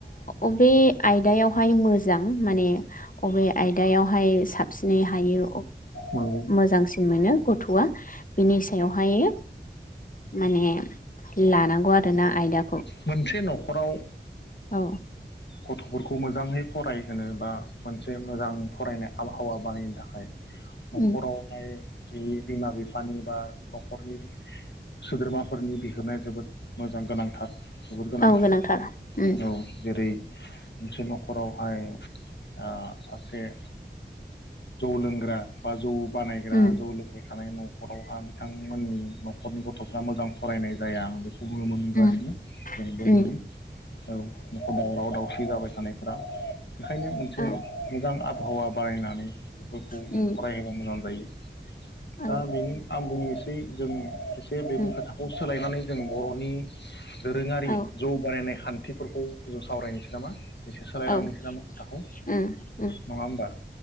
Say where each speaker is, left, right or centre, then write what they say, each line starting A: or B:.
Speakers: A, on the left; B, on the left.
A: अबे आयदायावहाय मोजां माने अबे आयदायावहाय साबसिनै हायो
B: नंगौ
A: मोजांसिन मोनो। गथ'आ। बिनि सायावहाय माने लानांगौ आरोना आयदाखौ।
B: मोनसे नख'राव
A: औ।
B: गथ'फोरखौ मोजाङै फरायहोनो बा मोनसे मोजां फरायनाय आबहावा बानायनो थाखाय न'खरावहाय
A: उम
B: जि बिमा बिफानि बा न'खरनि सोद्रोमाफोरनि बिहोमाया जोबोद मोजां गोनांथार जोबोद गोनांथार
A: औ उम
B: औ जेरै मोनसे न'खरावहाय सासे जौ लोंग्रा बा जौ बानायग्रा
A: उम
B: जौ लोंबायखानाय न न'खरावहा बिथांमोननि नखरनि गथ'फोरा मोजां फरायनाय जाया गुमुर मोनगासिनो
A: उम
B: जोंबो
A: उम
B: नुदों औ न'खर दावराव दावसि जाबाय थानायफोरा बेखायनो मोनसे
A: औ
B: मोजां आबहावा बानायनानै बेफोरखौ
A: उम
B: फरायहोबा मोजां जायो।
A: औ
B: <inaudible> दा बेनो आं बुंनि। सै जों बेनि
A: उम
B: खोथाखौ सोलायनानै जों बर'नि दोरोङारि
A: औ
B: जौ बानायनाय खान्थिफोरखौ ज सावरायनोसै नामा। एसे सोलायलांनोसै
A: औ
B: ना खोथाखौ
A: उम उम
B: नङा होमबा